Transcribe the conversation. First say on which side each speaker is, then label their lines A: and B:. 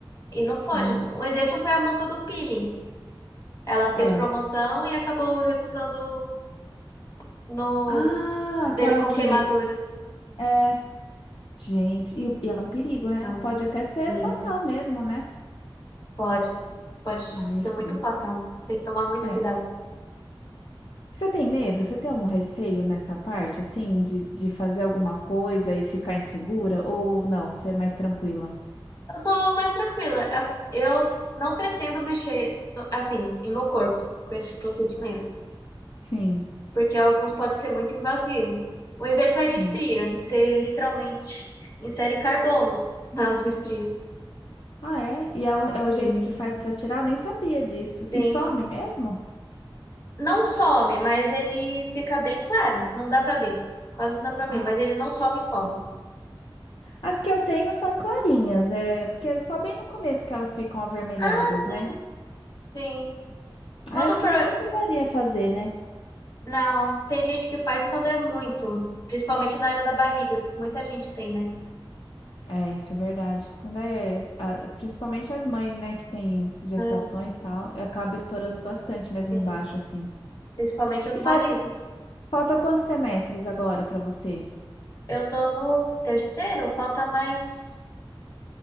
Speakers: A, on the left; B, on the left.
A: E não pode.
B: Hum,
A: Um exemplo foi a moça do peeling. Ela
B: ah.
A: fez promoção e acabou resultando no
B: Ah, aquela
A: dele com
B: que
A: queimaduras.
B: é, gente, e, o- e é um perigo, né?
A: Então,
B: Pode até ser
A: sim,
B: fatal mesmo, né?
A: Pode, pode
B: Ah,
A: ser
B: é feio.
A: muito fatal. Tem que tomar muito
B: É.
A: cuidado.
B: Você tem medo? Você tem algum receio nessa parte, assim, de, de fazer alguma coisa e ficar insegura? Ou não, ser mais tranquila?
A: Eu sou mais tranquila. As- Eu não pretendo mexer, no- assim, em meu corpo com esses procedimentos,
B: Sim,
A: porque alguns podem ser muito invasivo. Um exemplo é
B: sim.
A: de estria. Você literalmente insere carbono <laughs> nas estrias.
B: Ah, é? E é o, é o jeito
A: Sim,
B: que faz pra tirar? Eu nem sabia disso.
A: sim.
B: E some mesmo?
A: Não some, mas ele fica bem claro. Não dá pra ver. Quase não dá pra ver,
B: Ah.
A: mas ele não some e some.
B: As que eu tenho são clarinhas, é porque é só bem no começo que elas ficam avermelhadas,
A: Ah, sim,
B: né?
A: sim. Quando
B: Aí acho
A: for
B: que nem precisaria fazer, né?
A: Não, tem gente que faz quando é muito, principalmente na área da barriga. Muita gente tem, né?
B: É, isso é verdade. Quando é, a- principalmente as mães, né, que têm gestações
A: Ah, sim.
B: e tal, acaba estourando bastante mesmo
A: Tem,
B: embaixo, assim.
A: principalmente as
B: E
A: varizes.
B: falta, falta quantos semestres agora para você?
A: Eu tô no terceiro, falta mais